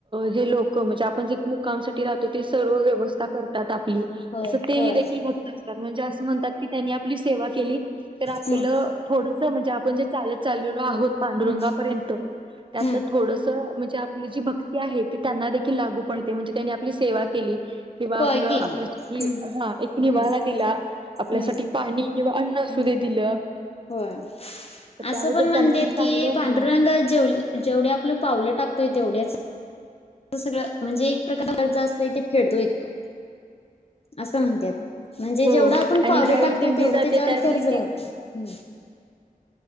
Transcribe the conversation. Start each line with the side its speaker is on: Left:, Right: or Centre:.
Right: जे लोक म्हणजे आपण जे मुक्कामसाठी राहतो. ते सर्व व्यवस्था कर -तात आपली
Left: होय
Right: तसं तेही
Left: होय
Right: देखील भक्त असतात. म्हणजे असं म्हणतात की, त्यांनी आपली सेवा केली. तर आपलं
Left: हम्म
Right: थोडस म्हणजे आपण जे चालत चाललेलो आहोत पांडुरंगापर्यंत
Left: हम्म
Right: त्यातलं
Left: हम्म
Right: थोडस म्हणजे आपली जी भक्ती आहे ती त्यांना देखील लागू पडते, म्हणजे त्यांनी आपली सेवा केली. किंवा आपलं
Left: होय केली
Right: आपल्यासाठी
Left: हम्म
Right: हा एक निवारा
Left: हम्म
Right: दिला. आपल्यासाठी
Left: हम्म
Right: पाणी किंवा अन्न असू
Left: हम्म
Right: दे दिलं
Left: होय,
Right: तर
Left: असं
Right: त्याबद्दल
Left: पण म्हणतेत
Right: त्यांनाही चांगलं
Left: की पांडूरंग
Right: ह
Left: जेवले जेवढी आपलं पावलं टाकतोय तेवढ्याच सगळ म्हणजे एक प्रकार कर्ज असतंय ते फेडतो इथं असं म्हणत्यात. म्हणजे
Right: हो
Left: जेवढं आपण
Right: आणि
Left: पावलं
Right: ज्यावेळी
Left: टाकतोय
Right: दिंडी
Left: तेवढं
Right: जाते
Left: त्याच्यावर
Right: त्यावेळी
Left: कर्ज राहतं.
Right: ती